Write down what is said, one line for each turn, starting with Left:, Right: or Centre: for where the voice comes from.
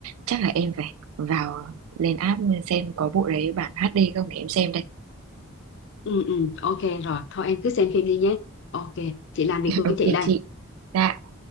Right: chắc là em phải vào lên app xem có bộ đấy bản HD không để em xem đây
Left: ừ ừ ok rồi thôi em cứ xem phim đi nhé ok chị làm việc
Right: <laughs>
Left: của
Right: ok
Left: chị đây
Right: chị dạ